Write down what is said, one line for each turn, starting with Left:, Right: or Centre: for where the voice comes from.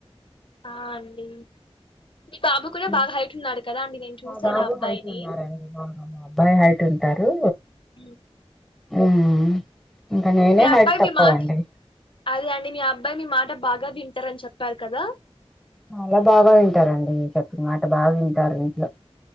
Left: ఆ అండి మీ బాబు కూడా
Centre: ఊ
Left: బాగా హైట్ ఉన్నాడు కదా అండి నేను చూసాను
Centre: మా బాబు
Left: ఆ అబ్బాయిని
Centre: హైట్ ఉన్నారండి మా అబ్బాయి హైట్ ఉంటారు
Left: ఉ
Centre: ఊ ఇంకా నేనే
Left: మీ
Centre: హైట్
Left: అబ్బాయి
Centre: తక్కువండి
Left: మీ మాట అదే అండి మీ అబ్బాయి మీ మాట బాగా వింటారని చెప్పారు కదా
Centre: చాలా బాగా వింటారండి చెప్పిన మాట బాగా వింటారు ఇంట్లో